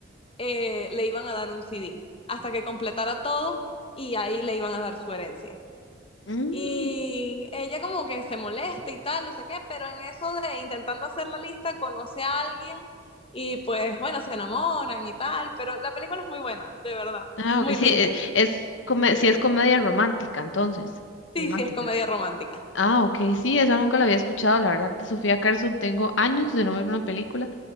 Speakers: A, on the left; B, on the left.
A: eh, le iban a dar un CD, hasta que completara todo y ahí le iban a dar su herencia.
B: Mm,
A: Y ella como que se molesta y tal, no sé qué, pero en eso de intentando hacer la lista, conoce a alguien y pues bueno, se enamoran y tal, pero la película es muy buena, de verdad,
B: Ah,
A: es muy
B: ok, sí,
A: linda.
B: eh, es come- sí es comedia romántica, entonces.
A: Sí,
B: Romántica.
A: sí, es comedia romántica.
B: Ah, ok, sí, esa nunca la había escuchado, la verdad, de Sofía Carson tengo años de no ver una película,